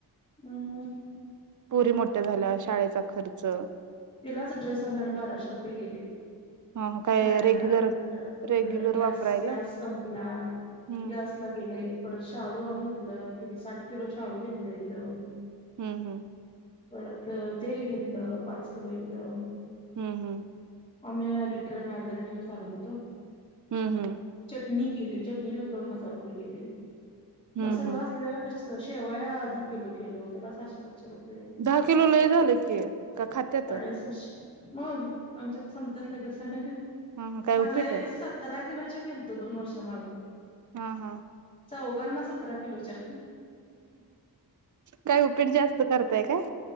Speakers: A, on the left; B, on the right.
A: हम्.
B: पोरी मोठ्या झाल्या शाळेचा खर्च
A: तिलाच ड्रेस आणायला बाराशे रुपये गेले.
B: ह काय
A: खायाला,
B: रेग्युलर
A: इकड तिकड
B: रेग्युलर
A: गॅस
B: वापरायला
A: गॅस संपला
B: हम्म
A: गॅस तला गेले परत शाळू घेतलं. किती साठ किलो शाळू घेतलं एकदम
B: हूं हूं!
A: परत त तेल घेतलं पाच किलो एकदम.
B: हूं हूं!
A: आमी लिटर आणि अर्धा लिटरच आनत होतो.
B: हम्म हम्म
A: चटणी केली. चटणीला दोन हजार रुपये गेले.
B: हम्म
A: मग सगळं
B: हम्म
A: असल्याला कस शेव या दहा किलो केलो. त्याला सहाशे-सातशे रुपये
B: दहा किलो लई झालं की, का खात्यात
A: साडे सहाशे मग आमच्यात संमत्यात लगेच मागल्या
B: हा हा काय उपीट
A: वेळी तर सात तरआईन मिरचा केल त दोन वर्षा माग.
B: हा हा!
A: चौघांना सतरा किलोच्या
B: काय उपीट जास्त करताय का?